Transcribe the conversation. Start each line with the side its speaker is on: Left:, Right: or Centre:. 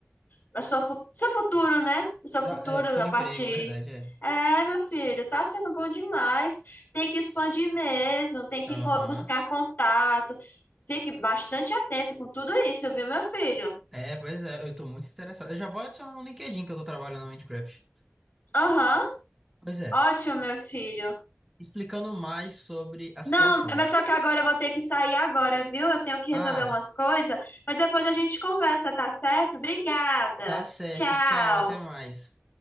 Left: para sua fu- seu futuro, né? O seu
Centre: Tra-
Left: futuro
Centre: É, o futuro
Left: da parte
Centre: emprego, verdade, é.
Left: É, meu filho, tá sendo bom demais. Tem que expandir mesmo, tem que
Centre: Aham.
Left: co- buscar contato. Fique bastante atento com tudo isso, viu, meu filho?
Centre: É, pois é, eu tô muito interessado. Eu já vou adicionar no LinkedIn que eu tô trabalhando no Minecraft.
Left: Aham,
Centre: Pois é.
Left: ótimo, meu filho.
Centre: Explicando mais sobre as
Left: Não,
Centre: situações.
Left: mas só que agora eu vou ter que sair agora, viu? Eu tenho que resolver
Centre: Ah.
Left: umas coisas, mas depois a gente conversa, tá certo? Obrigada.
Centre: Tá certo,
Left: Tchau.
Centre: tchau, até mais.